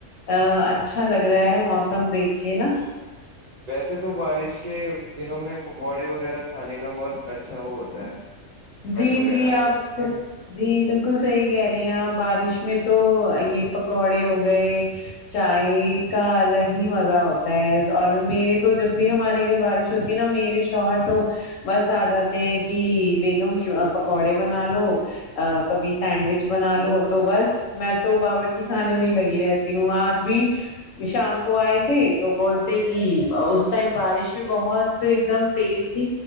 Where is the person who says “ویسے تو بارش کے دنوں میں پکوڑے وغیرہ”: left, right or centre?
Right